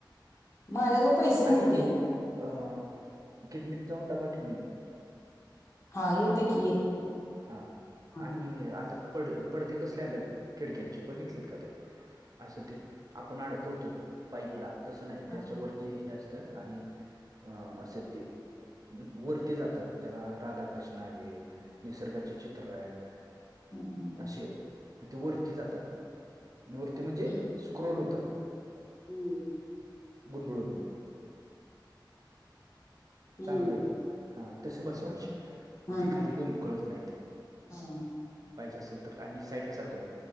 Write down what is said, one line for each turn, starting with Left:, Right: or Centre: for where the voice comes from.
Left: माझ्याजवळ पैसे नव्हते.
Right: आणि हे अ गिरनीत जाऊन ड्बा ठेऊून या.
Left: हा येेते की येते.
Right: हा
Left: हा
Right: आणि आता पड पडदे कसले आलेत खिडक्यांचे बघितलेत का ते? असं ते, आपण अडकवतो पाईपला तसं नाही
Left: हा
Right: त्याच्यावरती हे असत आणि अं अस ते, वरती जातात त्याला राधाकृष्ण ना हे, निसर्गाचे चित्र आहेत.
Left: हम्म
Right: असे ते वरती जातात, वरती म्हणजे
Left: हम्म
Right: स्क्रोल होतात.
Left: हम्म.
Right: गुडबुळून.
Left: हम्म.
Right: चांगल हायत, हा तस बसवायचे,
Left: हा
Right: म्हणे
Left: हा
Right: ते खाली लोंबकळत नाहीत.
Left: हा.
Right: पाहिजे असेल तर, आणि साईड ला सरकवायचं.